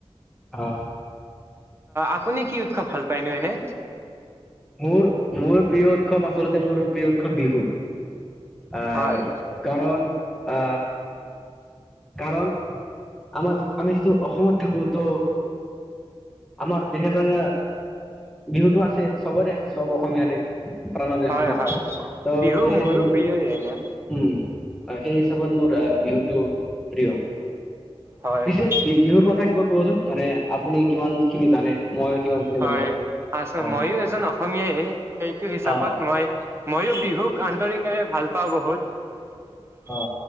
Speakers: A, in the centre; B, on the right.
A: অ।
B: আপুনি কি উৎস ভাল পায়নো এনে?
A: মোৰ মোৰ প্ৰিয় উৎসৱ আচলতে মোৰ প্ৰিয় উৎসৱ বিহু। আ
B: হয়
A: কাৰণ আ কাৰণ আমাৰ যি আমি যিটো অসমত থাকো ত আমাৰ দেহে প্ৰাণে বিহুতটো আছে। সবৰে। চব অসমীয়াৰে প্ৰাণ যে
B: হয়
A: আছে ন
B: হয় হয়
A: <unintelligible>
B: বিহু মোৰো প্ৰিয়ই এনে
A: উম। অ সেই হিচাপত মোৰ আহ বিহুতটো প্ৰিয়।
B: হয়
A: পিছে
B: হয়
A: বি বিহুৰ কথা কিবা কবচোন মানে আপুনি কিমান খিনি জানে? মই কিমান খিনি
B: হয়
A: জানো
B: আছো
A: অ
B: মইও এজন অ অসমিয়াই। সেইটো হিচাপত
A: অ
B: মই মইও বিহুক আন্তৰিকেৰে ভাল পাওঁ বহুত।
A: অ অ